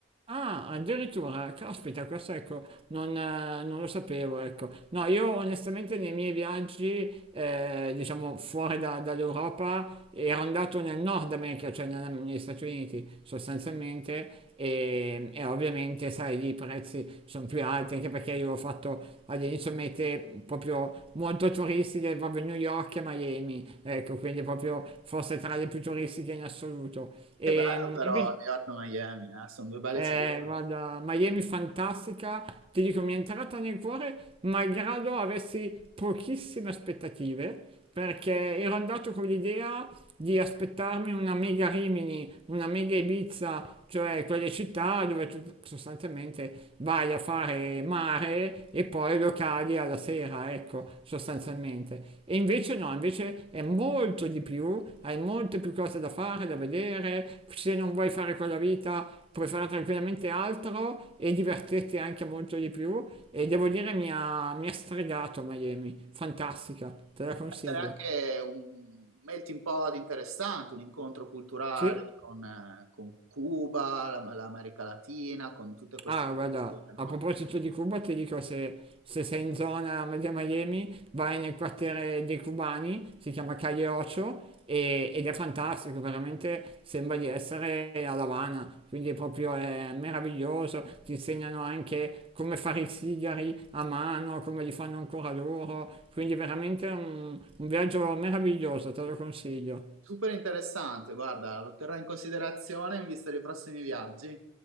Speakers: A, on the right; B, on the right.
A: Ah, addirittura, caspita, questo ecco, non, eh, non lo sapevo, ecco. No, io onestamente nei miei viaggi, eh, diciamo fuori da- dall'Europa, ero andato nel Nord America, cioè nella- negli Stati Uniti sostanzialmente, e, e ovviamente, sai, lì i prezzi sono più alti, anche perché io ho fatto all'inizio mete proprio molto turistiche, proprio New York e Miami, ecco, quindi proprio forse tra le più turistiche in assoluto. E,
B: Che bello però
A: invece-
B: New York e Miami, eh, Sono due belle
A: eh,
B: città.
A: guarda, Miami fantastica, ti dico, mi è entrata nel cuore malgrado avessi pochissime aspettative, perché ero andato con l'idea di aspettarmi una mega Rimini, una mega Ibiza, cioè quelle città dove tu sostanzialmente vai a fare mare e poi locali alla sera, ecco, sostanzialmente. E invece no, invece è molto di più, hai molte più cose da fare, da vedere, se non vuoi fare quella vita puoi fare tranquillamente altro e divertirti anche molto di più e devo dire mi ha, mi ha stregato Miami, fantastica, te la consiglio.
B: Può essere anche un melting pot interessante, un incontro culturale
A: Sì.
B: con, eh, con Cuba, la- l'America Latina, con tutte queste
A: Ah, guarda,
B: culture, no?
A: a proposito di Cuba, ti dico se, se sei in zona media Miami, vai nel quartiere dei cubani, si chiama Calle Ocho, e- ed è fantastico, veramente sembra di essere a La Habana, quindi proprio è meraviglioso, ti insegnano anche come fare i sigari a mano, come li fanno ancora loro, quindi veramente un un viaggio meraviglioso, te lo consiglio.
B: Super interessante, guarda, lo terrò in considerazione in vista dei prossimi viaggi.